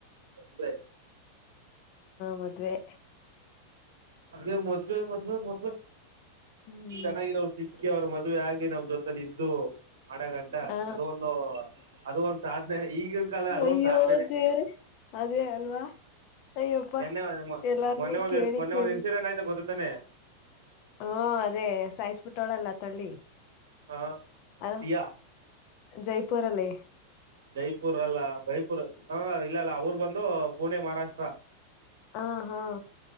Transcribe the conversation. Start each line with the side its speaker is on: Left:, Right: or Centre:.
Right: ಅದೇ
Left: ಮದುವೆ
Right: ಅದ ಮದ್ವೆ ಮದ್ವೆ ಮದ್ವೆ
Left: ಹ್ಮ್
Right: ಚೆನ್ನಾಗಿರೋ ಔಷಿ ಅಕ್ಕಿ ಅವ್ರ ಮದುವೆ ಆಗೆ ನಾವ್ ಜೊತಲಿ ಇದ್ದು ಮಾಡಗಂಟ
Left: ಹಾ
Right: ಅದು ಒಂದು ಅದು ಒಂದ ಸಾಧನೆ ಈಗಿಿನ ಕಾಲ ಅದೊಂದ
Left: ಅಯ್ಯೋ
Right: ಸಾಧನೆನೇ
Left: ದೇವ್ರೆ ಅದೇ ಅಲ್ವಾ ಅಯ್ಯಪ್ಪ
Right: ನಿನ್ನೆ
Left: ಎಲ್ಲಾರ್ನು
Right: ಮೊನ್ನೆ ಒಂದು
Left: ಕೇಳಿ
Right: ಮೊನ್ನೆ
Left: ಕೇಳಿ
Right: ಒಂದ್ ಇನ್ಸಿಡೆಂಟ್ ಆಯ್ತಾ ಗೊತ್ತತಾನೆ
Left: ಹ್ಮ ಅದೇ ಸಾಯಸ್ಬಿಟ್ಟೋಳಲ್ಲ ತಳ್ಳಿ
Right: ಹಾ
Left: ಅದ
Right: ಸಿಯಾ
Left: ಜೈಪುರ ಅಲ್ಲಿ
Right: ಜೈಪುರ್ ಅಲ್ಲ ಜೈಪುರ್ ಹ ಇಲ್ಲಲ್ಲ ಅವ್ರ ಬಂದು ಪುಣೆ ಮಹಾರಾಷ್ಟ್ರ
Left: ಹಾ ಹಾ